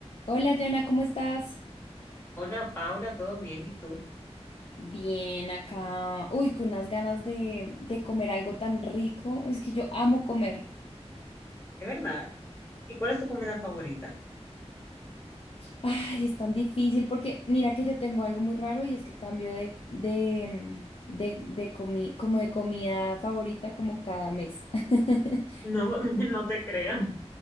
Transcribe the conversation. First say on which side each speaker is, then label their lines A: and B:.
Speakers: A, on the left; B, on the left.
A: Hola, Jana, ¿cómo estás?
B: Hola Paula, ¿todo bien? ¿Y tú?
A: Bien, acá. Uy, con unas ganas de, de comer algo tan rico. Es que yo amo comer.
B: Es verdad. ¿Y cuál es tu comida favorita?
A: Ay, es tan difícil porque mira que yo tengo algo muy raro y es que cambio de, de, mm, de, de comi- como de comida favorita como cada mes. <laughs>
B: No, <laughs> no te creo.